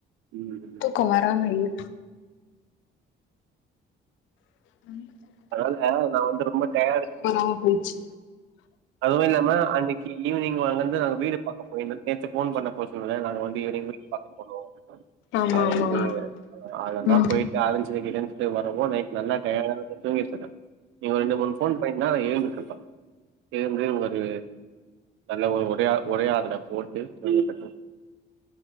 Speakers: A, on the right; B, on the left.
A: ம்
B: தூக்கோ வராம இல்ல <unintelligible>
A: அதாவதுங்க நா வந்து ரொம்ப டயாடு
B: வரமா போய்ச்சு
A: அதுவு இல்லாம அன்னக்கி ஈவ்னிங் வந்து நாங்க வீடு பாக்க போயிருந்தோ நேத்து ஃபோன் பண்ண அப்போ இவள நாங்க வந்து ஈவ்னிங் வீடு பாக்க போனோ
B: ஆமா
A: அது
B: ஆமா
A: வந்து
B: ஆமா
A: அது
B: ம்
A: தா போயிட் அலஞ்சு கிழஞ்சுட்டு வரவு நைட் நல்லா டயடா தூங்கிட் இருக்கே நீங்க ஒரு ரெண்டு மூணு ஃபோன் பண்ணிருந்தா நா ஏழ்ந்துட்ருப்பே ஏழ்ந்து ஒரு நல்ல ஒரு ஒடையா ஒரையாடல போட்டு தூங்கிட்ருப்பே